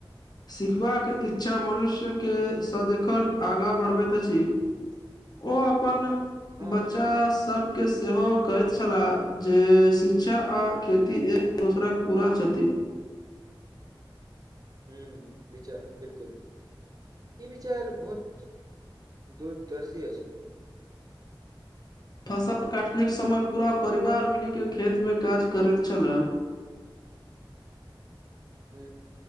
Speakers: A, on the left (about 50°); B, on the right (about 45°).
A: सिखबाक इच्छा मनुष्यके सदखन आगाँ बढ़बैत अछि। ओ अपन
B: हँ
A: बच्चा
B: बिल्कुल
A: सब। के सेहो कहैत छलाह जे शिक्षा आ खेती एक दोसर के पूरा क्षति।
B: हू विचार बिलकुल ई विचार बहुत। दूरदर्शी अ छी।
A: फसल काटने के समय पूरा परिवार मिली के खेत में काज करैत छले।
B: ह